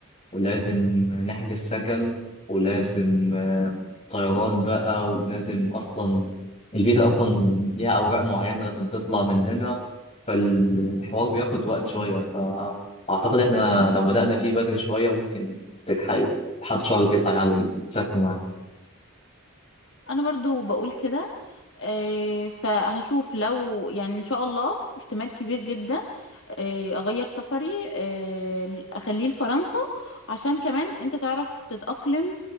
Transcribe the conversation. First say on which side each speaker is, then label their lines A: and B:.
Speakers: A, on the left; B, on the left.
A: ولازم نحجز سكن ولازم آه، طيران بقى ولازم أصلا الفيزا أصلا ليها أوراق معينة لازم تطلع من هنا فالحوار بياخد وقت شوية فأعتقد إحنا لو بدأنا فيه بدري شوية ممكن تلحق لحد شهر تسعة يعني تسافر معانا
B: انا برضو بقول كده آه، فهشوف لو يعني ان شاء الله احتمال كبير جدا آه، اغير سفري آه، اخليه لفرنسا عشان كمان انت تعرف تتأقلم